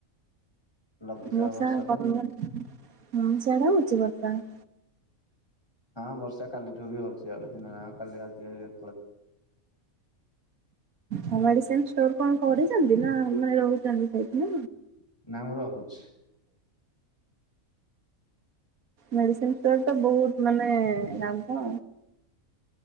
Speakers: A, on the left (about 15°); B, on the right (about 80°).
A: ଲଘୁଚାପ
B: ମୂଷା
A: ବର୍ଷା ତ
B: କ ହଁ ସେଟା ହଉଛି ବର୍ଷା <unintelligible>
A: ହଁ ବର୍ଷା କାଲିଠୁ ବି ହଉଛି ଇଆଡେ ଦିନ ଯା କାଲି ରାତିଳେ <inaudible>
B: ହଁ ମେଡିସିନ ଷ୍ଟୋର କଣ କରିଛନ୍ତି ନା ମାନେ ରହୁଛନ୍ତି ସେଠି
A: ନାମ ରହୁଛି।
B: ମେଡିସିନ ଷ୍ଟୋର ତ ବହୁତ ମାନେ ଲାଭ।